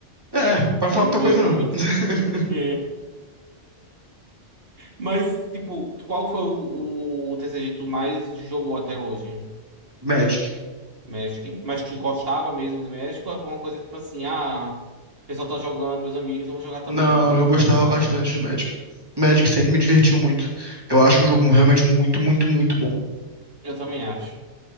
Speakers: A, on the right; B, on the right.
A: É, para
B: Pra
A: falar
B: não
A: muita
B: doer
A: coisa não.
B: muito.
A: <laughs>
B: <laughs> Mas, tipo, qual foi o, o TCG que tu mais jogou até hoje?
A: Magic.
B: Magic? Mas tu gostava mesmo de Magic? Ou foi uma coisa tipo assim, ah, o pessoal tá jogando, meus amigos, eu vou jogar também,
A: Não,
B: pra não
A: eu gostava
B: ficar de fora?
A: bastante de Magic. Magic sempre me divertiu muito. Eu acho o jogo realmente muito, muito, muito bom.
B: Eu também acho.